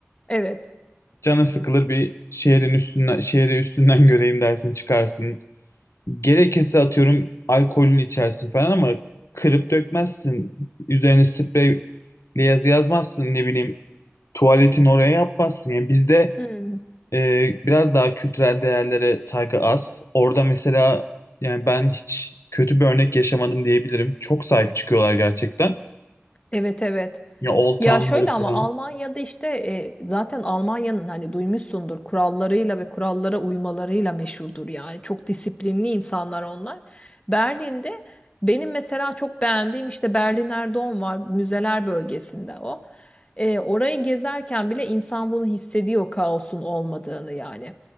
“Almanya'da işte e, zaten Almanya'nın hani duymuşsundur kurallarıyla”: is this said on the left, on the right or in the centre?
Left